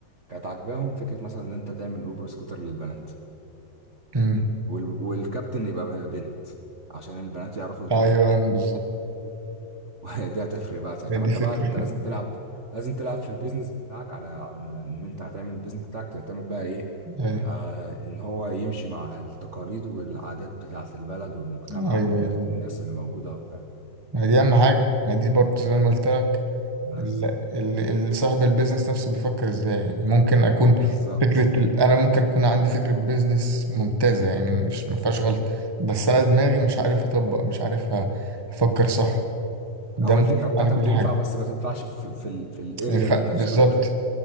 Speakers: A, on the right; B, on the right.
A: كانت عاجباهم فكرة مثلا ان انت تعمل اوبر سكوتر للبنات
B: امم
A: وال... والكابتن يبقى ب- بنت عشان البنات يعرفوا يطلبوا
B: ايوه أيوة، بالظبط
A: <laughs> دي هتفرق بقى ساعتها
B: ما دي
A: ما انت
B: فكرة
A: بقى انت لازم تلعب لازم تلعب في البيزنس بتاعك على على ان انت هتعمل البيزنس بتاعك تعتمد بقى ايه
B: <laughs> ايوه
A: آه ان هو يمشي مع التقاليد والعادات بتاعت البلد والمجتمع
B: ايوه
A: ودماغ
B: ايوه
A: الناس اللي موجودة وبتاع
B: ما دي اهم حاجة ما دي برضه زي ما قلت لك
A: بز...
B: ال... ال... ال- صاحب البيزنس نفسه بيفكر ازاي يعني ممكن اكون
A: بالظبط
B: فكرة ال... انا ممكن اكون عندي فكرة بيزنس ممتازة يعني مش ما فيهاش غلط بس انا دماغي مش عارف اطبق مش عارف أ- افكر صح ده
A: او
B: ممكن
A: الفكره بتاعتك
B: انا كل
A: تنفع
B: حاجة
A: بس ما تنفعش في في ال في الاريا
B: ما ينفع
A: اللي انت تشتغل
B: بالظبط
A: فيها